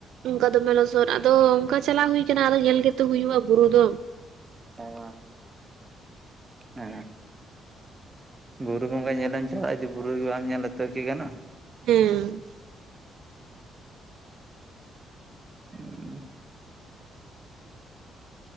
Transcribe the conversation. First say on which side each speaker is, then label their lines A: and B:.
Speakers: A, on the right (about 75°); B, on the right (about 20°).
A: ᱚᱱᱠᱟ ᱫᱚᱢᱮ ᱞᱚᱥᱚᱫ ᱟᱫᱚ ᱚᱱᱠᱟ ᱪᱟᱞᱟ ᱦᱩᱭ ᱟᱠᱟᱱᱟ ᱟᱫᱚ ᱧᱮᱞ ᱜᱮᱛᱮ ᱦᱩᱭᱩᱜᱼᱟ ᱵᱩᱨᱩ ᱫᱚ᱾
B: <unintelligible> ᱦᱮᱸ᱾ ᱵᱩᱨᱩ ᱵᱚᱸᱜᱟ ᱧᱮᱞᱮᱢ ᱪᱟᱞᱟᱜᱼᱟ ᱡᱚᱫᱤ ᱵᱩᱨᱩ ᱜᱮ ᱵᱟᱢ ᱧᱮᱞᱟ ᱛᱚ ᱠᱤ ᱜᱟᱱᱚᱜᱼᱟ᱾
A: ᱦᱩᱸ᱾
B: <unintelligible>